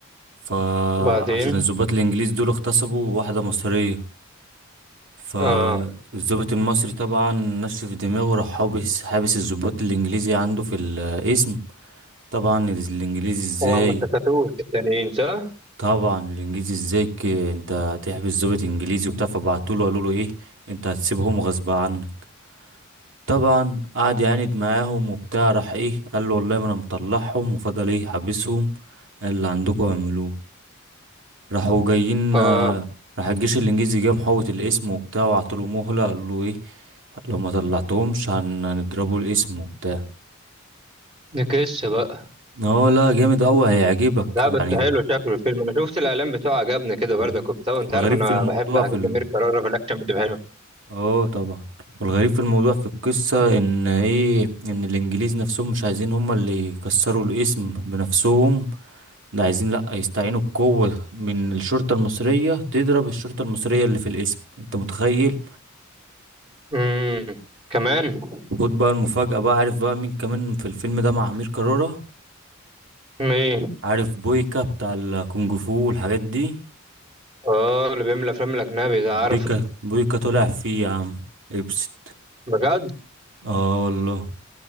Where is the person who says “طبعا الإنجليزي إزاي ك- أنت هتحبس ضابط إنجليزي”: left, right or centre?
Right